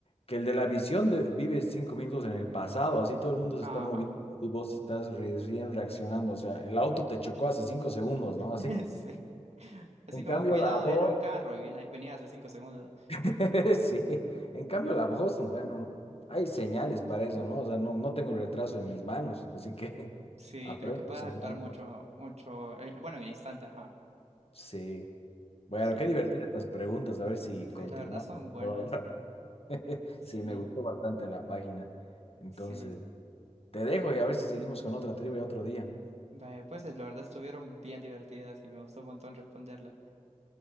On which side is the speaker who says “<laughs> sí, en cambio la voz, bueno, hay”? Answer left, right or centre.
Left